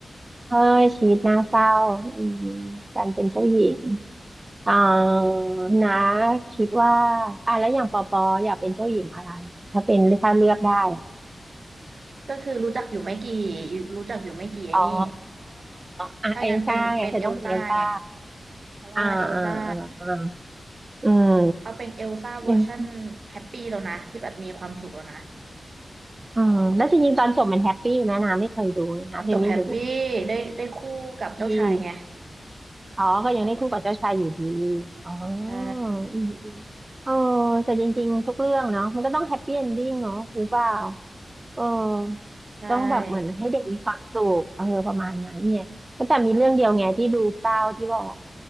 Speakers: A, on the right; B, on the right.
A: เอ้ยชีวิตน่าเศร้าอืมการเป็นเจ้าหญิง อ๋อนะคิดว่าอ่ะแล้วอย่างปอปออยากเป็นเจ้าหญิงอะไรอะถ้าเป็นถ้าเลือกได้อะ
B: ก็คือรู้จักอยู่ไม่กี่อยู่รู้จักอยู่ไม่กี่ไอ้นี่
A: อ๋ออ่ะเอลซ่าไงเธอต้องเป็นเอลซ่า
B: ถ้างั้นเป็นเป็นเอลซ่าไง เพราะว่าเอลซ่า
A: อ่าอ่าอ่าอ่าอืม
B: เอาเป็นเอลซ่าเวอร์ชันแฮปปี้แล้วนะ
A: อืม
B: ที่แบบมีความสุขแล้วนะ
A: อืมแล้วจริงๆตอนจบมันแฮปปี้ไหมนะไม่เคยดูเลยนะเธอไม่รู้
B: ตอนจบแฮปปี้ได้ได้คู่กับเจ้าชายไง
A: ดีอ๋อก็ยังได้คู่กับเจ้าชายอยู่ดีอ๋อ
B: ใช่
A: อืมอืมเออแต่จริงๆทุกเรื่องเนาะมันก็ต้องแฮปปี้เอนดิ้งเนาะหรือเปล่า เออ
B: ใช่
A: ต้องแบบเหมือนให้เด็กมีความสุขเออประมาณนั้นเนี่ยก็แต่มีเรื่องเดียวไงที่ดูเศร้าที่บอก